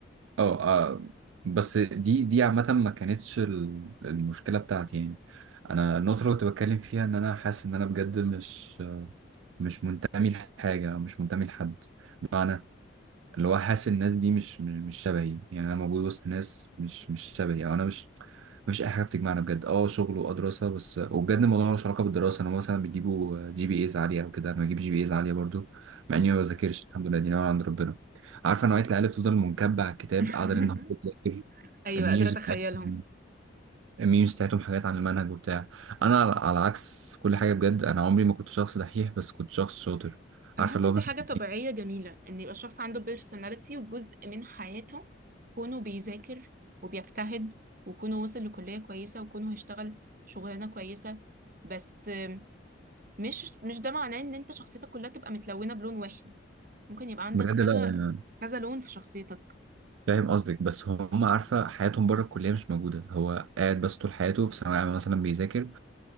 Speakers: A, on the right; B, on the right.
A: اه آه، بس دي دي عامة ما كانتش ال- المشكلة بتاعتي يعني انا النقطه اللي كنت بتكلم فيها ان انا حاسس ان انا بجد مش مش منتمي لحاجة أو مش منتمي لحد بمعنى اللي هو حاسس الناس دي مش مش مش شبهي يعني أنا موجود وسط ناس مش مش شبهي أو أنا مش مفيش أي حاجة بتجمعنا بجد أه شغل وأه دراسة بس وبجد الموضوع ملوش علاقة بالدراسة أنا مثلا بيجيبوا جي بي إيز عالية أو كده أنا بجيب جي بي إيز عالية برضو مع
B: مم.
A: إني ما بذاكرش الحمد لله دي نعمة عند ربنا عارفة نوعية العيال اللي بتفضل منكبة على الكتاب
B: <laughs>
A: قاعدة ليل نهار بتذاكر
B: ايوه
A: الميمز
B: قادرة اتخيلهم
A: بتاعتهم الميمز بتاعتهم حاجات عن المنهج وبتاع انا على, على عكس كل حاجه بجد انا عمري ما كنت شخص دحيح بس كنت شخص شاطر
B: انا
A: عارفه
B: حاسه
A: اللي
B: ان
A: هو
B: دي
A: مثلا
B: حاجه طبيعيه
A: إيه؟
B: جميله ان يبقى الشخص عنده بيرسوناليتي وجزء من حياته كونه بيذاكر وبيجتهد وكونه وصل لكليه كويسه وكونه هيشتغل شغلانه كويسه بس آم، مش مش ده معناه ان انت شخصيتك كلها تبقى متلونه بلون واحد ممكن يبقى عندك
A: بجد
B: كذا
A: لا يعني
B: كذا لون في شخصيتك
A: فاهم قصدك بس هم عارفه حياتهم بره الكليه مش موجوده هو قاعد بس طول حياته في ثانويه عامه مثلا بيذاكر